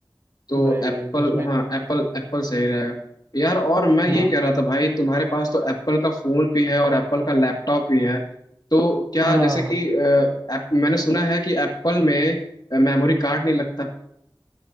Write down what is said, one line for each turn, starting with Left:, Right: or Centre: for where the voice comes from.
Left: तो
Right: वही
Left: एप्पल
Right: वही तो उसमें
Left: हाँ
Right: एकदम
Left: एप्पल एप्पल सही रहेगा यार और मैं ये
Right: हाँ
Left: कह रहा था भाई तुम्हारे पास तो एप्पल का फोन भी है और एप्पल का लैपटॉप भी है तो क्या
Right: हाँ
Left: जैसे कि अ, app- मैंने सुना है कि एप्पल में मेमोरी कार्ड नहीं लगता